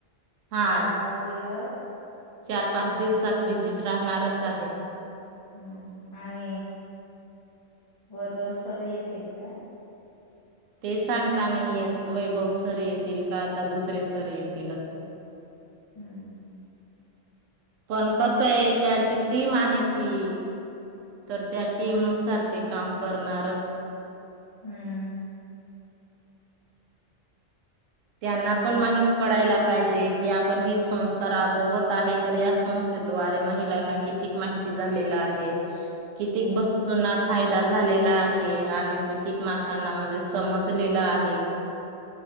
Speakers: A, on the right; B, on the left.
A: हा
B: चार पाच दिवस
A: चार पाच दिवसात व्हिजिट राहणारच आहे.
B: हा आणि वैभव सर येतील का?
A: ते सांगता नाही येत वैभव सर येतील का आता दुसरे सर येतील असं.
B: हम्म.
A: पण कसं आहे त्यांची टीम आहे ती तर त्या टीमनुसार ते काम करणारच.
B: हम्म.
A: त्यांना पण माहित पडायला पाहिजे. कि आपण ही संस्था राबवत आहे. तर या संस्थेद्वारे महिलांना कितीक माहिती झालेला आहे. कितीक वस्तूंना फायदा झालेला आहे. आणि कितीक मातांना म्हणजे समजलेलं आहे.